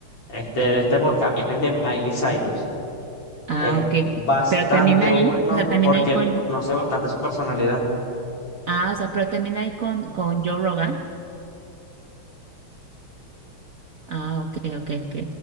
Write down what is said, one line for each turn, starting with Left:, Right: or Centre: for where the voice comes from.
Left: este, de este podcast es el de Miley Cyrus.
Right: Ah,
Left: Es
Right: ok.
Left: bastante
Right: Pero también ahí,
Left: bueno
Right: o sea, también
Left: porque
Right: ahí con,
Left: él conoce bastante su personalidad.
Right: ah, o sea, pero también ahí con, con Joe Rogan. Ah, ok, ok, ok.